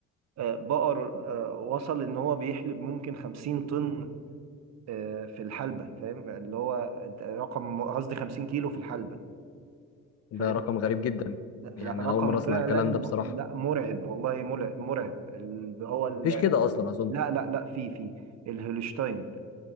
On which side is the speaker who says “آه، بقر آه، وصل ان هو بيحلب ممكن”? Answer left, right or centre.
Right